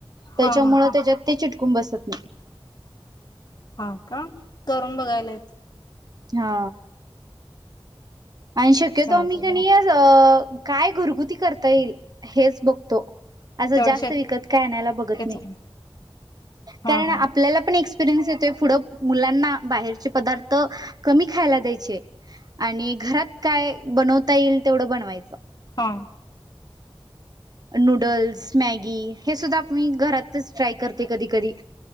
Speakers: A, on the right; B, on the left.
A: त्याच्यामुळे
B: हा हा हा
A: त्याच्यात ते चिटकुन कुन बसत नई
B: हा का? करून बघायलाय
A: हा आणि शक्यतो
B: चालतय
A: मी कणी
B: चालतय
A: आज काय घरगुती करता येईल? हेच बघतो. असं
B: तेवढं
A: जास्त विकत काय आणयला
B: शक्यच
A: बघत नाही.
B: आहे हा
A: कारण
B: हा
A: आपल्याला पण एक्स एक्सपरिइन्स येतोय, पुढ मुलांना बाहेरचे पदार्थ कमी खायला द्यायचे आणि घरात काय बनवता येईल? तेवढं बनवायचं.
B: हो.
A: नूडल्स, मॅगी हे सुद्धा मी घरातच ट्राय करते. कधी कधी